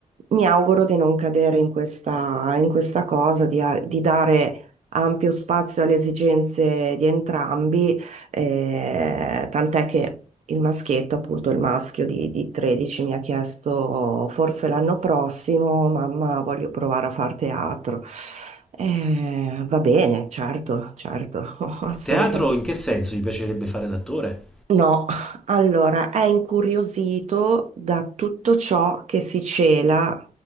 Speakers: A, on the right; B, in the centre.
A: Mi auguro di non cadere in questa, in questa cosa, di, a- di dare ampio spazio alle esigenze di entrambi, eh, tant'è che il maschietto, appunto il maschio di, di 13, mi ha chiesto forse l'anno prossimo, mamma, voglio provare a far teatro. Eh, va bene, certo, certo, <laughs> assolutamente.
B: Teatro in che senso gli piacerebbe fare l'attore?
A: No, allora è incuriosito da tutto ciò che si cela